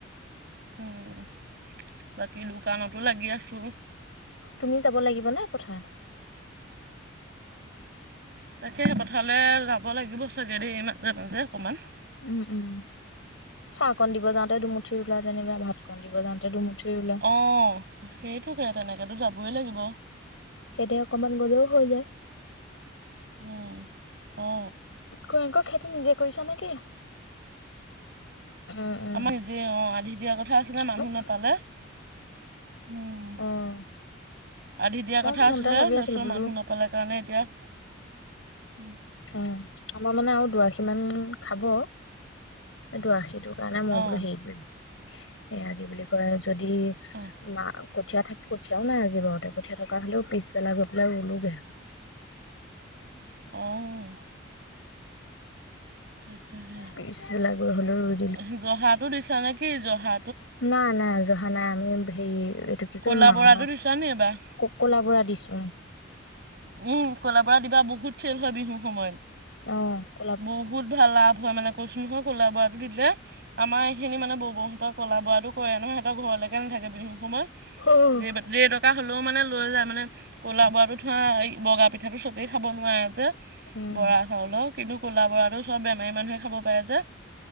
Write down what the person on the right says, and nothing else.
উম, বাকী দোকানতো লাগি আছোঁ।
তাকে পথাৰলৈ যাব লাগিব চাগেদি মাজে মাজে অকণমান।
অ'। সেইটোকে তেনেকেতো যাবই লাগিব।
উম, অ'।
আমাৰ নিজে অ' আধি দিয়া কথা আছিলে মানুহ
নাপালে। উম।
আধি দিয়া
কথা
আছিলে
তাৰপিছৰ
মানুহ নাপালে কাৰণে এতিয়া উম।
অঁ
অঁ
অহ। তাকে
জহা দিছ নে কি জহা
ক'লা
বৰাটো দিছা নি এইবাৰ
উম, ক'লা বৰা দিবা বহুত চেল হয় বিহুৰ সময়ত।
বহুত ভাল লাভ হয় মানে কৈছো নহয় ক'লা বৰাটো দিলে। আমাৰ এইখিনি মানে বৌ বৌহঁতৰ ক'লা বৰা কৰে নহয় সিহঁতৰ ঘৰলৈকে নাথাকে বিহু সময়ত।
যে টকা হ'লেও মানে লৈ যায় মানে ক'লা বৰাতো হা এই বগা পিঠাটো চবেই খাব নোৱাৰে যে
বৰা চাউলৰ। কিন্তু ক'লা বৰা চব বেমাৰী মানুহে খাব পাৰে যে।